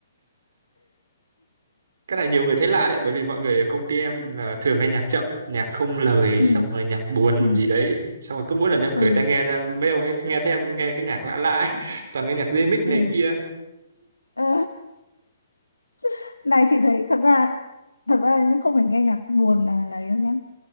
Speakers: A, on the right; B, on the left.
A: cái này nhiều người thấy lạ đấy bởi vì mọi người ở công ty em là thường nghe nhạc chậm nhạc không lời
B: ừ
A: xong rồi nhạc buồn
B: ừ
A: gì đấy xong rồi cứ mỗi lần em cởi
B: ừ
A: tai nghe ra mấy ông ấy nghe thấy em nghe cái nhạc lạ lạ ấy <laughs> toàn nghe nhạc remix này
B: ừ
A: kia
B: Ờ, <laughs> này chị thấy thật ra thật ra nhưng không phải nghe nhạc buồn là lấy đâu nhá